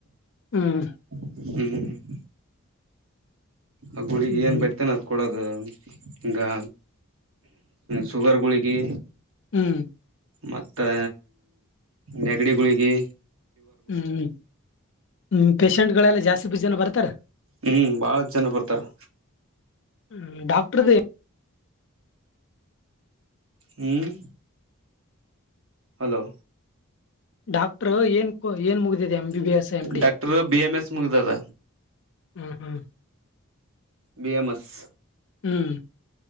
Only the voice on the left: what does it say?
ಹ್ಮ್
ಹ್ಮ್
ಹ್ಮ್
ಹ್ಮ್್ಮ ಹ್ಮ ಪೇಷಂಟ್ ಗಳೆಲ್ಲ ಜಾಸ್ತಿ ಬ ಜನ ಬರ್ತಾರಾ
ಹ್ಮ ಡಾಕ್ಟರುದು.
ಡಾಕ್ಟರ್ ಏನ್ ಏನ್ ಮುಗಿದಿದೆ M B B S M D.
ಹ್ಮ್ ಹ್ಮ್.
ಹ್ಮ್.